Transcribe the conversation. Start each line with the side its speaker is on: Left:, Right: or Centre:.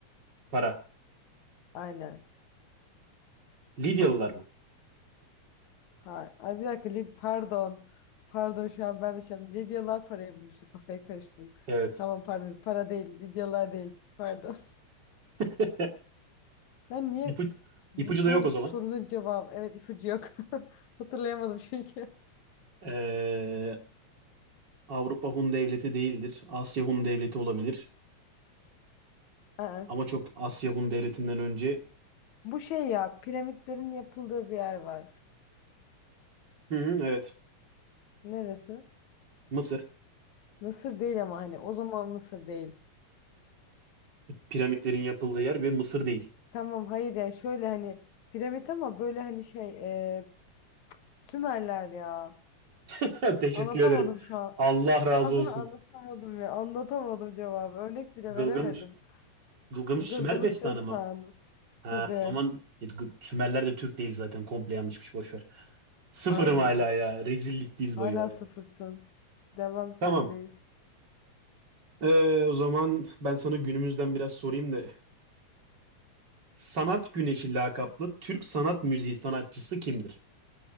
Right: Para.
Left: Aynen.
Right: Lidyalılar mı?
Left: Ha, ay bir dakika Lid pardon. Pardon şu an ben de şey yaptım. Lidyalar parayı bulmuştu. Kafayı karıştırdım.
Right: Evet.
Left: Tamam pardon. Para değil. Lidyalar değil. Pardon. <laughs>
Right: <laughs>
Left: Ben niye
Right: İpucu
Left: bir-
Right: ipucu da
Left: bu
Right: yok o zaman.
Left: sorunun cevabı evet ipucu yok. <laughs> Hatırlayamadım çünkü.
Right: Ee, Avrupa Hun devleti değildir. Asya Hun devleti olabilir.
Left: Aa.
Right: Ama çok Asya Hun devletinden önce.
Left: Bu şey ya piramitlerin yapıldığı bir yer var.
Right: Hı hı, evet.
Left: Neresi?
Right: Mısır.
Left: Mısır değil ama hani o zaman Mısır değil.
Right: Piramitlerin yapıldığı yer ve Mısır değil.
Left: Tamam hayır yani şöyle hani piramit ama böyle hani şey e, Sümerler ya.
Right: <laughs> Teşekkür
Left: Anlatamadım
Right: ederim.
Left: şu an.
Right: Allah razı
Left: Destansı
Right: olsun.
Left: anlatamadım ya. Anlatamadım cevabı. Örnek bile
Right: Gılgamış,
Left: veremedim.
Right: Gılgamış
Left: Gılgamış
Right: Sümer destanı
Left: Destanı.
Right: mı? Ha,
Left: Tabii.
Right: o zaman e, Gı- Sümerler de Türk değil zaten. Komple yanlışmış. Boş ver. Sıfırım
Left: Aynen.
Right: hala ya. Rezillik diz
Left: Hala
Right: boyu valla.
Left: sıfırsın. Devam sendeyiz.
Right: Tamam. Ee, o zaman ben sana günümüzden biraz sorayım da. Sanat Güneşi lakaplı Türk sanat müziği sanatçısı kimdir?